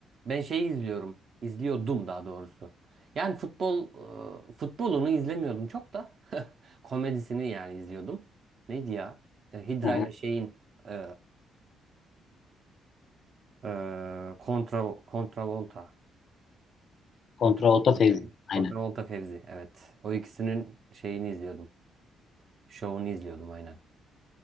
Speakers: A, on the right; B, on the left.
A: Ben şeyi izliyorum. İzliyordum daha doğrusu. Yani futbol e, futbolunu izlemiyordum çok da komedisini yani izliyordum. Neydi ya? E, Hydra
B: Hı hı.
A: ile şeyin e, e, kontra kontravolta.
B: Kontravolta
A: Kontravolta
B: Fevzi.
A: Fevzi.
B: Aynen.
A: Kontravolta Fevzi evet. O ikisinin şeyini izliyordum. Şovunu izliyordum aynen.